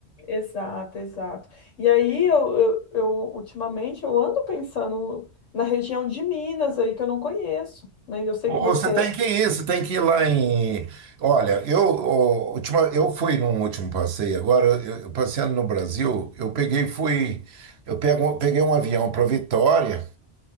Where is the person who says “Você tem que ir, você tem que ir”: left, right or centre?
Right